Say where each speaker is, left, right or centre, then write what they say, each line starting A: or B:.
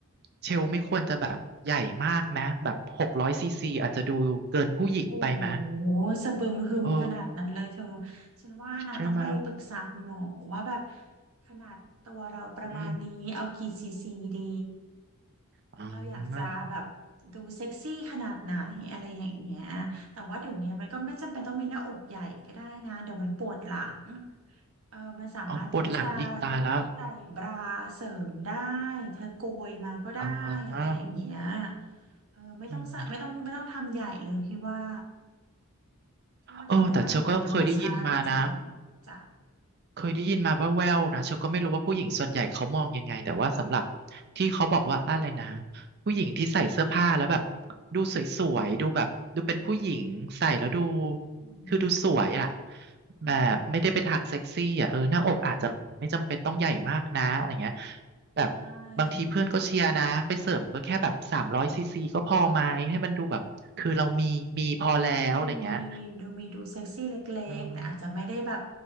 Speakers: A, on the right; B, on the right.
A: เชลไม่ควรจะแบบใหญ่มากไหมแบบหกร้อยซีซีอาจจะดูเกินผู้หญิงไปไหม
B: โอ้โหสะบึมหึมขนาดนั้นเลยเธอ
A: เออ
B: ฉันว่านะต้องไปปรึกษาคุณหมอว่าแบบ
A: ใช่ไหม
B: ขนาดตัวเราประมาณนี้เอากี่ซีซีดี
A: อืมอ๋อ
B: เราอยากจะแบบดูเซ็กซี่ขนาดไหนอะไรอย่างเงี้ยแต่ว่าเดี๋ยวนี้มันก็ไม่จำเป็นต้องมีหน้าอกใหญ่ก็ได้นะเดี๋ยวมันปวดหลัง เออมันสามารถที่จะ
A: อ๋อปวดหลังอีกตายแล้ว
B: ใส่บราเสริมได้ เธอโกยมาก็ได้อะไรอย่างเงี้ย
A: อ๋อ
B: เออไม่ต้องใส่ไม่ต้องไม่ต้องทำใหญ่เลยพี่ว่า
A: อืม
B: พี่ว่าทำให้มันดูเป็นธรรมชาติน่าจะดี
A: เออแต่เชลก็เคยได้ยินมานะ
B: จ้ะ
A: เคยได้ยินมาว่าแววๆนะเชลก็ไม่รู้ว่าผู้หญิงส่วนใหญ่เขามองยังไงแต่ว่าสำหรับที่เขาบอกว่าอะไรนะผู้หญิงที่ใส่เสื้อผ้าแล้วแบบดูสวยๆดูแบบดูเป็นผู้หญิงใส่แล้วดู
B: อืม
A: คือดูสวยอ่ะ
B: อ่า
A: แบบไม่ได้ไปทางเซ็กซี่อ่ะเออหน้าอกอาจจะไม่จำเป็นต้องใหญ่มากนะอะไรเงี้ยแบบบางทีเพื่อนก็เชียร์นะไปเสริมก็แค่แบบสามร้อยซีซีก็พอไหมให้มันดูแบบคือเรามีมีพอแล้วอะไรเงี้ย
B: ใช่ให้ดูมีดูมีดูเซ็กซี่เล็กๆแต่อาจจะไม่ได้แบบ
A: อืม